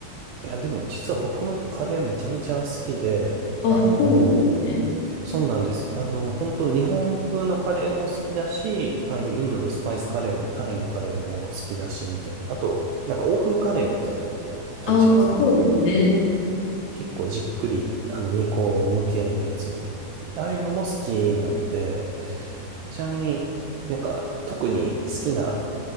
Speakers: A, on the right; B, on the left.
A: いや、でも実は僕もカレーめちゃめちゃ好きで、
B: あ、
A: あの、
B: そうですね。
A: そうなんです。あの、本当日本風のカレーも好きだし、ああいうインドのスパイスカレーもタイのカレーも好きだし、みたいな。あと、なんか欧風カレーみたいなのもあるじゃないですか。
B: ああ、そうですね。
A: あの、結構じっくり、あの、煮込む系のやつみたいな。ああいうのも好きなので、ちなみになんか特に好きな